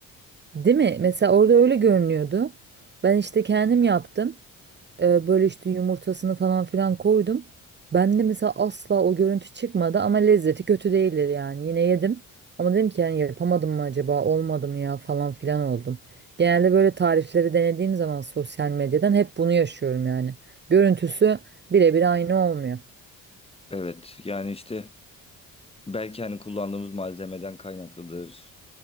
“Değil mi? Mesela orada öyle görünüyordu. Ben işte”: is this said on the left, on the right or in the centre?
Right